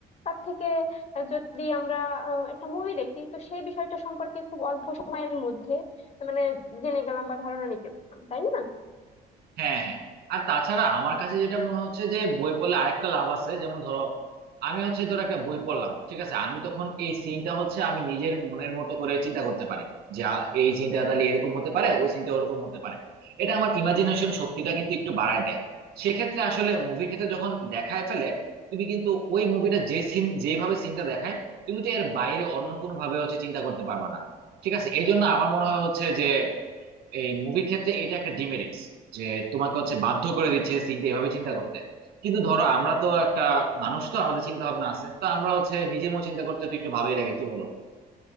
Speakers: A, on the left (about 40°); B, on the right (about 75°).
A: তার থেকে আহ, যদি আমরা আহ, একটা মুভি দেখি তো সেই বিষয়টা সম্পর্কে খুব অল্প সময়ের মধ্যে মানে জেনে গেলাম বা ধারণা নিতে পারলাম তাই না
B: হ্যাঁ হ্যাঁ আর তাছাড়া আমার কাছে যেটা মনে হচ্ছে যে বই পড়লে আরেকটা লাভ আছে যেমন ধরো আমি হচ্ছে ধরো একটা বই পড়লাম ঠিক আছে আমি তখন এই সিনটা হচ্ছে আমি নিজের মনের মতো করে চিন্তা করতে পারি যে আ, এই সিনটা তাহলে এরকম হতে পারে ওই সিনটা ওরকম হতে পারে এটা আমার ইমাজিনেশন শক্তিটা কিন্তু একটু বাড়ায় দেয় সেক্ষেত্রে আসলে মুভির ক্ষেত্রে যখন দেখায় ফেলে তুমি কিন্তু ওই মুভিটা যে সিন যেভাবে সিনটা দেখায় তুমি তো এর বাইরে অন্য কোনো ভাবে হচ্ছে চিন্তা করতে পারবা না ঠিক আছে এই জন্য আমার মনে হয় হচ্ছে যে এই মুভির ক্ষেত্রে এটা একটা ডিমেরিটস যে তোমাকে হচ্ছে বাধ্য করে দিচ্ছে সিনটা এভাবে চিন্তা করতে কিন্তু ধরো আমরা তো একটা
A: হ্যাঁ
B: মানুষ তো আমাদের চিন্তা ভাবনা আছে তো আমরা হচ্ছে নিজের মতো চিন্তা করতে তো একটু ভালোই লাগে কি বলো